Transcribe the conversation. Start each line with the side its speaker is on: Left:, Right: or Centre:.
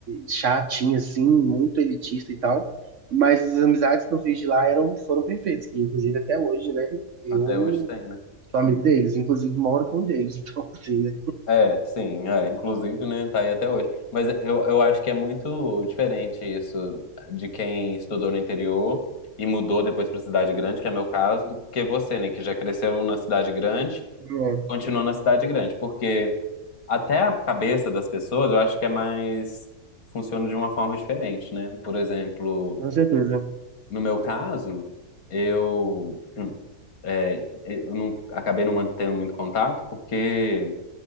Right: chatinha, assim, muito elitista e tal. Mas as amizades que eu fiz de lá eram, foram perfeitas, que inclusive até hoje, né? Eu
Left: Até hoje tem, né?
Right: sou amigo
Left: Hum.
Right: deles, inclusive moro com um deles, <laughs> então assim, né?
Left: É, sim, é. Inclusive, né, tá aí até hoje. Mas eu, eu acho que é muito diferente isso de quem estudou no interior e mudou depois pra cidade grande, que é meu caso, do que você, né, que já cresceu na cidade grande
Right: É,
Left: e continuou na cidade grande. Porque até a cabeça das pessoas, eu acho que é mais... funciona de uma forma diferente, né? Por exemplo,
Right: com certeza.
Left: no meu caso, eu... hum, É, eu não, acabei não mantendo muito contato, porque,